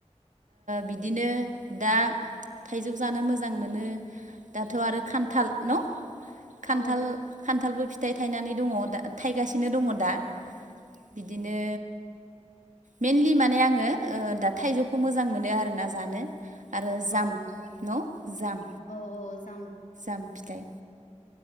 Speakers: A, on the right; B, on the left.
A: बिदिनो दा थाइजौ जानो मोजां मोनो दाथ' आरो खान्थाल न'
B: औ
A: खान्थाल खान्थालबो फिथाय फिथाइ थायनानै दङ द थायगासिनो दङ दा बिदिनो मेनलि माने आङो ओ दा थाइजौखौ मोजां मोनो आरो ना जानो आरो
B: औ
A: जाम न' जाम
B: औ औ जाम
A: जाम फिथाइ